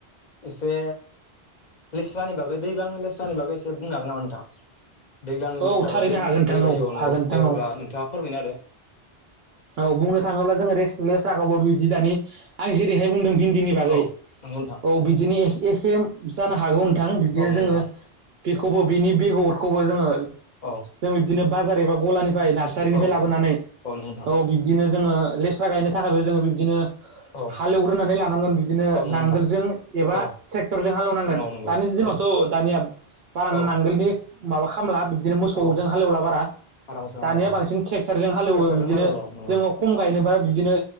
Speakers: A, on the left; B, on the right.
A: एसे लेस्लानि बागै दैबांनि लेस्लानि बागै एसे बुंनो हागोन नामा नोंथां। दैज्लांनि
B: औ
A: लेस्राखौ
B: औ थारैनो
A: जे
B: हागोन नोंथां
A: बोरै गायो औ
B: हागोन
A: नंगौ
B: नोंथां
A: दे अब्ला
B: औ
A: नोंथाङा फोरमायना होदो
B: औ बुंनो थाङोब्ला जोङो रेस्ट लेस्रा खौबो बिदि दानि आं जेरैहाय बुंदों। भिन्दिनि बागै
A: औ नंगौ नोंथां
B: औ बिदिनो एसे जानो हागौ नों थां बिब्दिनो
A: औ नंगौ
B: जोङो
A: नोंथां
B: बेखौबो बिनि बेगरखौबो जोङो
A: औ
B: जों बिब्दिनो बाजार एबा गलानिफ्राय नार्सारिनिफ्राय
A: औ
B: लाबोनानै
A: औ नंगौ नोंथां
B: औ बिब्दिनो जोङो लेस्रा गायनो थाखायबो जोङो बिब्दिनो
A: औ
B: हालेवग्रोनानै लानांगोन बिदिनो
A: औ नंगौ
B: नांगोलजों
A: नोंथां
B: एबा
A: औ
B: ट्रेक्टरजों हालेवनांगोन
A: औ नंगौ
B: दानि दिनावथ
A: औ
B: दानिया बारा
A: औ
B: नांगोलनि माबा खामला बिब्दिनो मोसौजों
A: औ
B: हालेवला बारा
A: आरामसे हालेवो
B: दानिया बांसिन ट्रेक्टरजों हालेवो
A: ट्रेक्टरजों
B: बिदिनो
A: हालेवो औ
B: जोङो कम गायनोबा बिब्दिनो